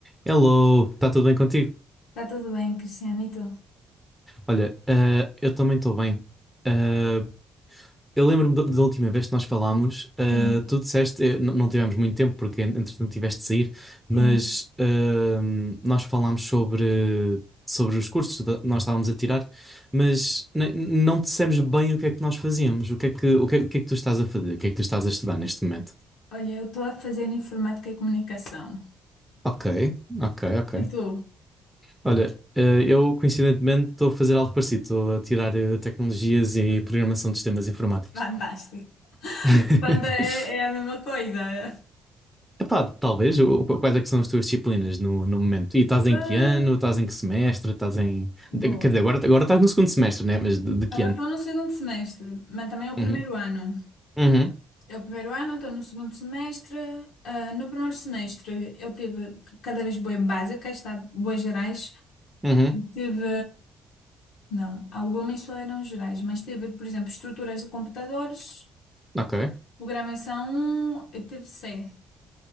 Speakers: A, in the centre; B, on the left.
A: Hello, está tudo bem contigo?
B: Tá tudo bem, Cristiano, e tu?
A: Olha, eh, eu também estou bem. Eh, eu lembro-me do- da última vez que nós falámos, eh,
B: Sim,
A: tu disseste, eh, n- não tivemos muito tempo porque en- entretanto tiveste de sair, mas
B: sim.
A: ehm, nós falámos sobre, sobre os cursos que ta- nós estávamos a tirar, mas ne- não dissemos bem o que é que nós fazíamos, o que é que, o que, é o que é que tu estás a fazer, o que é que tu estás a estudar neste momento.
B: Olha, eu estou a fazer informática e comunicação.
A: Ok, ok, ok.
B: E tu?
A: Olha, eh, eu coincidentemente estou a fazer algo parecido, estou a tirar eh, tecnologias e programação de sistemas informáticos.
B: Fantástico.
A: <laughs>
B: Fanta é, é a mesma coisa. é?
A: Epá, talvez, o- qu- quais é que são as tuas disciplinas no, no momento? E estás em
B: Ah,
A: que ano? Estás em que semestre? Estás em...
B: boa.
A: de- Quer dizer, agora, agora estás no segundo semestre, né? Mas de, de que
B: Agora
A: ano?
B: estou no segundo semestre, mas também é o
A: Uhum,
B: primeiro ano.
A: uhum,
B: É o primeiro ano, estou no segundo semestre. Ah, no primeiro semestre eu tive cadeiras bué básicas, tá? Bué gerais.
A: uhum,
B: Tive, não, algumas só eram gerais, mas tive, por exemplo, estruturas de computadores.
A: ok.
B: Programação, eu teve C.